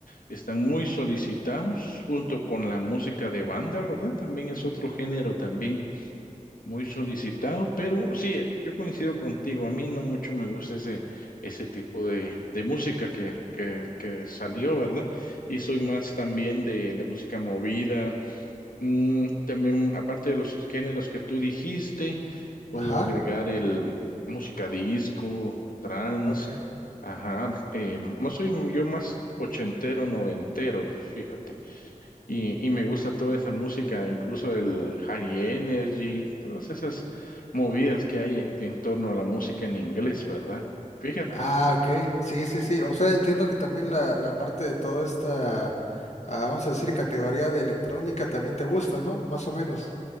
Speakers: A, on the left (about 85°); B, on the left (about 55°).
A: están muy solicitados junto con la música de banda, ¿verdad? También es otro género también muy solicitado, pero sí, yo coincido contigo, a mí no mucho me gusta ese, ese tipo de, de música que, que, que salió, ¿verdad? Y soy más también de, de música movida Mm, también, aparte de los géneros que tú dijiste, puedo
B: Ajá.
A: agregar el música disco, trance,
B: Ok.
A: ajá, eh, no soy yo más ochentero, noventero, fíjate, y, y me gusta toda esa música, incluso el high energy, todas esas movidas que hay en, en torno a la música en inglés, ¿verdad? Fíjate.
B: Ah, ok. Sí, sí, sí. O sea, entiendo que también la, la parte de toda esta, ah, vamos a decir, categoría de electrónica también te gusta, ¿no? Más o menos.